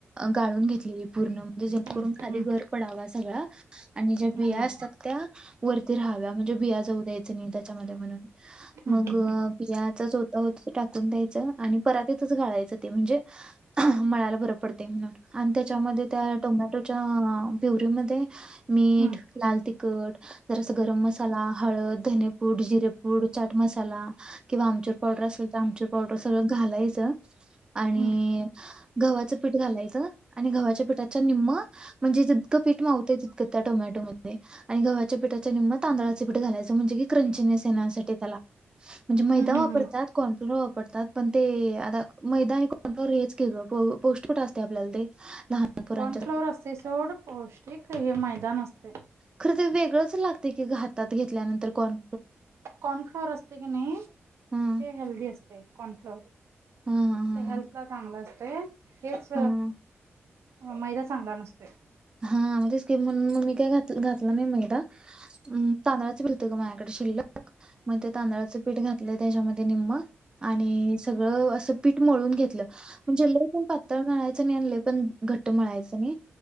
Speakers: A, on the right; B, on the right.
A: गाळून घेतलेली पूर्ण म्हणजे जेणेकरून
B: हम्म
A: खाली
B: हम्म
A: घर पडावा सगळा आणि ज्या बिया
B: हम्म
A: असतात त्या वरती राहाव्या म्हणजे बिया जाऊ द्यायचं नाही त्याच्यामध्ये म्हणून
B: हम्म
A: मग
B: हम्म
A: बियाचाच होत होत टाकून द्यायचं आणि परातीतच घालायचं ते म्हणजे मळाला बर पडते म्हणून आणि त्याच्यामध्ये त्या टोमॅटो पिवररीमध्ये मीठ,
B: हम्म
A: लाल तिखट, जर अस गरम मसाला, हळद, धनेपूड, जिरेपूड, चाट मसाला किंवा आमचूर पावडर असल तर आमचूर पावडर सगळं घालायचं आणि
B: हम्म
A: गव्हाचं पीठ घालायचं आणि गव्हाच्या पीठाच्या निम्म म्हणजे जितकं पीठ मावते तितकं त्या टोमॅटो मध्ये आणि गव्हाच्या पीठाच्या निम्म तांदळाच पीठ घालायचं, म्हणजे की क्रंचनेस येण्यासाठी त्याला म्हणजे मैदा
B: हम्म हम्म
A: वापरतात, कॉर्नफ्लोर वापरतात, पण ते आता मैदा आणि कॉर्नफ्लॉर हेच पौष्टपट असते आपल्याला ते लहान पोरांच्यासाठी
B: कोण फ्लवर अस चड पौष्टिक हे मैदा नसते.
A: खरं तर वेगळंच लागते की हातात घेतल्यानंतर कोण
B: कॉर्नफ्लॉवर असते की नाही ते
A: हा
B: हेल्दी असते. ते कॉर्नफ्लॉवर.
A: हा हा हा
B: ते
A: हा
B: हेल्थ ला चांगला असत. ते हेच.
A: हम्म
B: मैदा चांगला नसतो.
A: हा म्हणजे स्कीम म्हणून मग मी काय घात घातलं नाही मैदा हम्म तांदराच <inaudible> तर शिल्लक मग ते तांदळाचं पीठ घातले त्याच्यामध्ये निम्म. आणि सगळं असं पीठ मळून घेतलं म्हणजे लय पण पातळ मळायच नाही आणि लय पण घट्ट मळायच नाही.